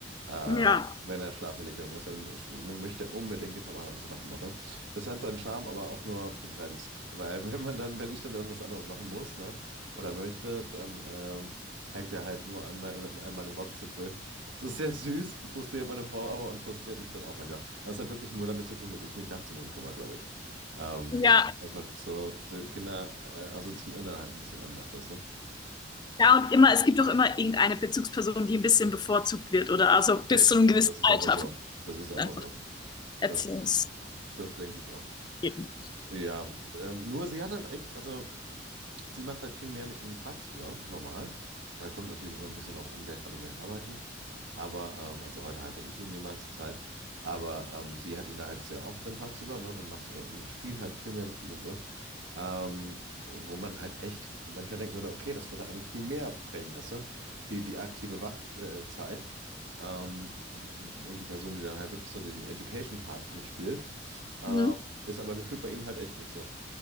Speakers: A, on the right; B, on the left.
A: Äh,
B: Ja.
A: wenn er schlafen gelegt werden muss, dann, sch- dann möchte er unbedingt den Papa haben, so nach dem Motto. Das hat seinen Charme, aber auch nur begrenzt. Weil <laughs> wenn man dann, wenn ich dann irgendwas anderes machen muss, ne, oder möchte, dann ähm, hängt er halt nur an, mein, an meinem Rockzipfel. Es ist sehr süß, frustriert meine Frau aber und frustriert mich dann auch manchmal. Das hat wirklich nur damit zu tun, dass ich mich nachts um ihn kümmere, glaube ich. Ähm,
B: Ja,
A: das ist einfach so, die Kinder äh, assoziieren dann halt ein bisschen anders, weißt du?
B: ja, und immer, es gibt auch immer irgendeine Bezugsperson, die ein bisschen bevorzugt wird, oder? Also bis
A: Safe.
B: zu einem gewissen
A: Das ist
B: Alter,
A: einfach so. Das ist einfach
B: einfach
A: so.
B: erziehungsmäßig.
A: Das, das denke ich auch.
B: eben.
A: Ja, ähm, nur sie hat halt echt, also sie macht halt viel mehr mit ihm tagsüber, normal. Äh, kommt natürlich immer ein bisschen drauf an, wer gerade mehr arbeitet. Aber, ähm, also heute hatte ich ihn die meiste Zeit, aber ähm, sie hat ihn da halt sehr oft dann tagsüber, ne, und macht, äh, spielt halt viel mehr mit ihm und so. Ähm, wo man halt echt manchmal denken würde, okay, das würde eigentlich viel mehr prägen, weißt du? Die, die aktive Wachzeit. Äh, Zeit, ähm, w- und die Person, die dann halt wirklich so den Education-Part mitspielt, äh,
B: Mhm.
A: ist aber gefühlt bei ihm halt echt nicht so.